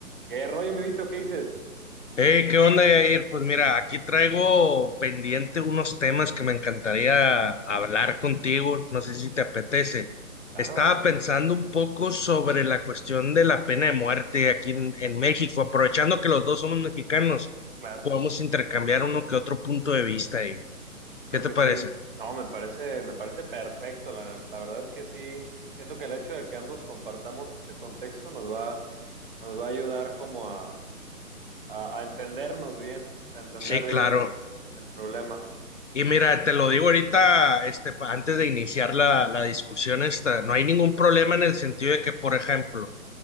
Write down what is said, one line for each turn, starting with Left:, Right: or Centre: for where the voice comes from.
Right: ¿Qué rollo, mi Vito? ¿Qué dices?
Left: Eh, ¿qué onda, Yair? Pues mira, aquí traigo pendiente unos temas que me encantaría hablar contigo, no sé si te apetece.
Right: Claro,
Left: Estaba pensando un poco sobre la cuestión de la pena de muerte aquí en, en México, aprovechando que los dos somos mexicanos,
Right: claro,
Left: podemos intercambiar uno que otro punto de vista ahí.
Right: creo
Left: ¿Qué te
Right: que
Left: parece?
Right: sí. No, me parece, me parece perfecto. La, la verdad es que sí, siento que el hecho de que ambos compartamos este contexto nos va, nos va a ayudar como a, a, a entendernos bien, o sea, entender
Left: Sí,
Right: bien
Left: claro.
Right: el, el problema.
Left: Y mira, te lo digo ahorita, este, pa- antes de iniciar la, la discusión esta, no hay ningún problema en el sentido de que, por ejemplo,